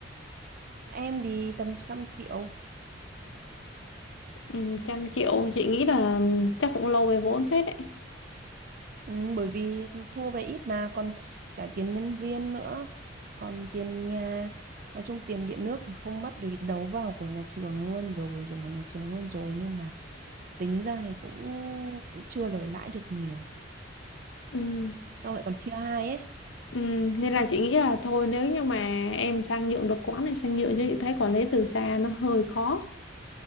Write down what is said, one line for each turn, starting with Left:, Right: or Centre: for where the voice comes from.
Right: em thì tầm trăm triệu
Left: Ừ, trăm triệu chị nghĩ là ừ, chắc cũng lâu về vốn phết đấy.
Right: Ừ, bởi vì thu về ít mà còn trả tiền nhân viên nữa còn tiền nhà nói chung tiền điện nước thì không mất vì đấu vào của nhà trường luôn rồi dùng của nhà trường luôn rồi nhưng mà tính ra này cũng, cũng chưa lời lãi được nhiều
Left: Ừ.
Right: sau lại còn chia hai ấy
Left: Ừ. Nên là chị nghĩ là thôi nếu như mà em sang nhượng được quán này sang nhượng chứ chị thấy quản lý từ xa nó hơi khó.